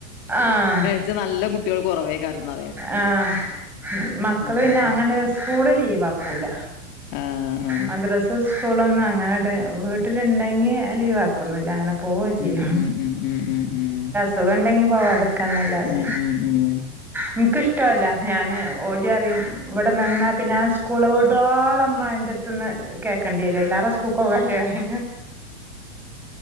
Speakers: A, in the centre; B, on the left.
A: ആഹ്.
B: ഇജ്ജ് നല്ല കു കുട്ട്യോൾ കുറവെയ്ക്കാരം ന്ന
A: ആഹ് മക്കള്
B: ഉം
A: പിന്നെ അങ്ങനെ സ് സ്കൂള് ലീവ് ആക്കൂല
B: ആഹ് ആഹ്
A: മദ്രസ് സ്കൂളൊന്നും അങ്ങനട്ട് വീട്ടിലിണ്ടെങ്കി ലീവാക്കൊന്നുല്ല അങ്ങനെ പോവൊ ചെയ്യും.
B: ഉം ഉം ഉം ഉം ഉം.
A: സുഖംണ്ടെങ്കി പോവാതെക്കാന്നല്ലാതെ.
B: ഉം ഉം ഉം ഉം
A: എനിക്കിഷ്ടല്ല ഞാന് ഓല് അറിം ഇവിടെ നിന്നാ പിന്നെ ആ സ്കൂള് വിടുവൊളം മ്മാന്റെ ത്ത് ന്ന് കേക്കണ്ടിരു ആയിലേറെ സ്കൂക്കോവല്ലേ അറി.